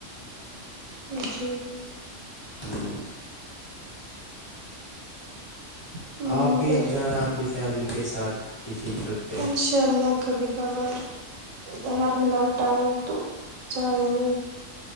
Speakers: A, on the right; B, on the left.
A: جی
B: ہوں
A: ہوں
B: آپ
A: ہوں
B: بھی
A: بالکل
B: اب جانا اپنی فیملی کے ساتھ کسی ٹرپ پہ
A: انچ چلنا کبھی کبھار اگر ملا ٹائم تو جائیں گے